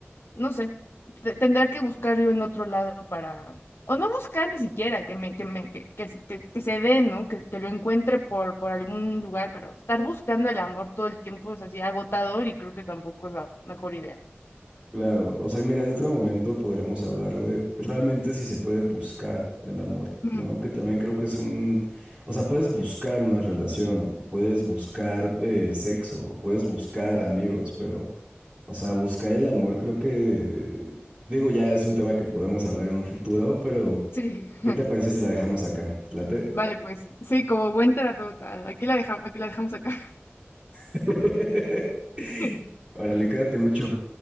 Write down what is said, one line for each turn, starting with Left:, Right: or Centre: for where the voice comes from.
Left: no sé, te- tendrá que buscar yo en otro lado para, o no buscar ni siquiera, que me, que me, que, que, que- que se dé, ¿no? Que, que lo encuentre por, por algún lugar, pero estar buscando el amor todo el tiempo es así agotador y creo que tampoco es la mejor idea.
Right: Claro, o sea, mira, en otro momento podremos hablar de realmente si se puede buscar el amor,
Left: Ujú,
Right: ¿no? Que también creo que es un, o sea, puedes buscar una relación, o puedes buscar eh, sexo, o puedes buscar amigos, pero, o sea, buscar el amor creo que, digo, ya es un tema que podemos hablar en un futuro, pero
Left: Sí, <laughs>
Right: ¿qué te parece si la dejamos acá? ¿Te ¿Late?
Left: vale, pues sí, como buen terapeuta, aquí la dejamos, aquí la dejamos acá.
Right: <laughs>
Left: <laughs>
Right: Órale, cuídate mucho.